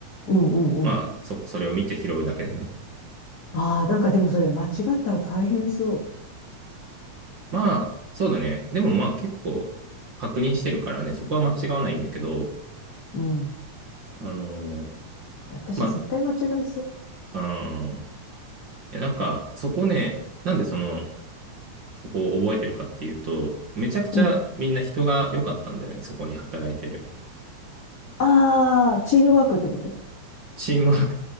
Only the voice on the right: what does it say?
まあ、そ、それを見て拾うだけだね。
まあ、そうだね。でもまあ結構確認してるからね、そこは間違わないんだけど、
あのー
まあ、うんで、なんか、そこね、なんでその、ここを覚えてるかっていうと、めちゃくちゃみんな人が良かったんだよね、
そこに働いてる。
チームワー